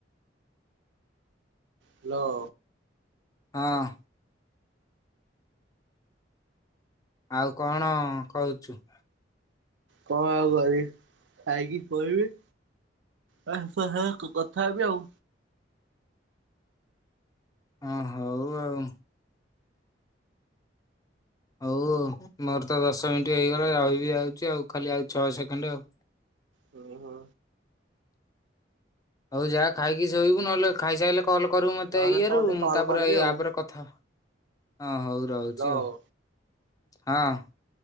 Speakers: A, on the right; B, on the left.
A: ହାଲୋ।
B: ହଁ। ଆଉ କଣ କହୁଛୁ?
A: କଣ ଆଉ କରିବି ଖାଇକି ଶୋଇବି। କଥା ହେବି ଆଉ
B: ହଁ ହଉ ଆଉ ହଉ ମୋର ତ ଦଶ ମିନିଟ୍ ହେଇଗଲା ରହିବି ଯାଉଛି ଆଉ ଖାଲି ଆଉ ଛଅ ସେକେଣ୍ଡ ଆଉ
A: ହୁଁ ହୋ।
B: ଆଉ ଯାହା ଖାଇକି ସୋଇବୁ ନହେଲେ ଖାଇସାଇଲେ କ କରିବୁ
A: ନହେଲେ
B: ମତେ ଇଏରୁ
A: ତମ କତିକି
B: ମୁଁ
A: କଲ୍
B: ତାପରେ
A: କରିବି
B: ଏଇ
A: ଆଉ।
B: ଆପରେ କଥା ହଁ ହଉ ରହୁଛି
A: ହ୍ୟାଲୋ
B: ଆଉ ହଁ।